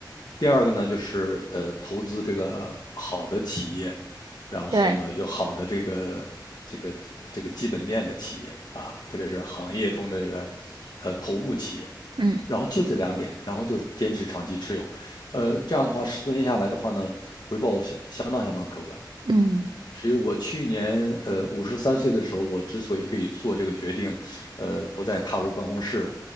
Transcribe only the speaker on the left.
第二个呢，就是呃，投资这个好的企业，然后呢，
有好的这个这个这个基本面的企业啊，特别是行业中的这个呃头部企业。
然后就这两点，然后就坚持长期持有，呃，这样的话，十多年下来的话呢，回报相相当相当可观。
所以我去年呃五十三岁的时候，我之所以可以做这个决定，呃，不再踏入办公室，